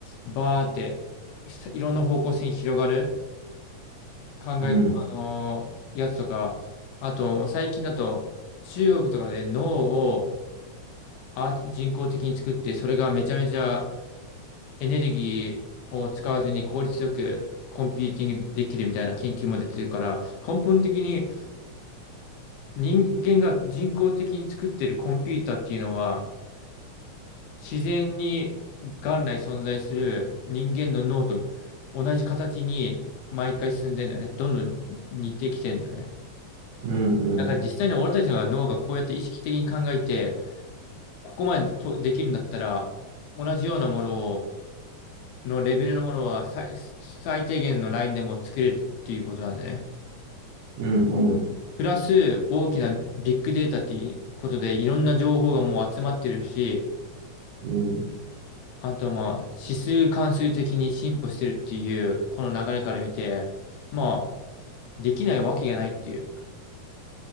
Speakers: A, on the left; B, on the right.
A: バーっていいろんな方向性に広がる考え、
B: うん、
A: あのーやつとか、あと最近だと中国とかで脳をアーティ人工的に作って、それがめちゃめちゃエネルギーを使わずに効率よくコンピューティングできるみたいな研究も出てるから、根本的に人間が人工的に作ってるコンピューターっていうのは、自然に元来存在する人間の脳と同じ形に毎回進んでんだよね。どんどん似てきてんだよね。
B: うん、うん、
A: だから実際に俺たちの脳がこうやって意識的に考えて、ここまでとできるんだったら、同じようなものを、のレベルのものは最、最低限のラインでも作れるっていうことなんだよね。
B: うん、うん、
A: プラス大きなビッグデータっていうことでいろんな情報がもう集まってるし、
B: うん、
A: あとまあ、指数関数的に進歩してるっていう、この流れから見て、まあ、できないわけがないっていう。